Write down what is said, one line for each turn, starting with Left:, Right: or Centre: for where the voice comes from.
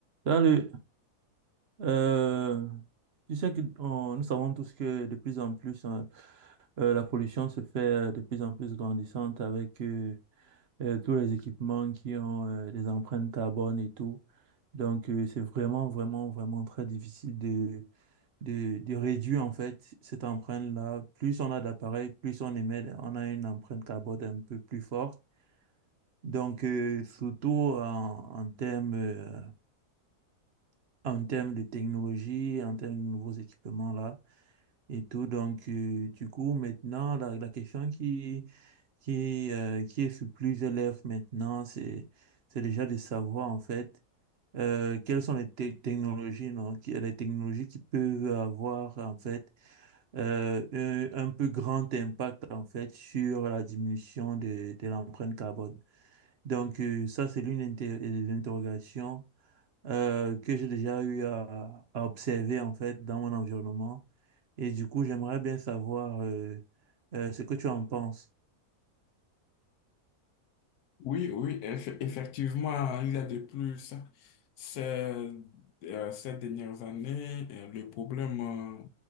Right: Salut. Euh, tu sais que on- nous savons tous que de plus en plus, hein, euh, la pollution se fait euh, de plus en plus grandissante avec euh, euh, tous les équipements qui ont euh, des empreintes carbone et tout. Donc, euh, c'est vraiment, vraiment, vraiment très difficile de, de, de réduire en fait cette empreinte-là. Plus on a d'appareils, plus on émet, on a une empreinte carbone un peu plus forte. Donc, euh, surtout en, en termes euh, en termes de technologie, en termes de nouveaux équipements là et tout. Donc, euh, du coup, maintenant, la, la question qui, qui, euh, qui est sur plusieurs lèvres maintenant, c'est, c'est déjà de savoir en fait euh, quelles sont les te- technologies, non, qui, les technologies qui peuvent avoir en fait euh, un, un peu grand impact en fait sur la diminution de, de l'empreinte carbone. Donc, euh, ça, c'est l'une inter- des interrogations euh, que j'ai déjà eu à, à observer en fait dans mon environnement. Et du coup, j'aimerais bien savoir euh, euh, ce que tu en penses.
Left: Oui, oui, eff- effectivement, il y a de plus. Ces, euh, ces dernières années, euh, le problème euh,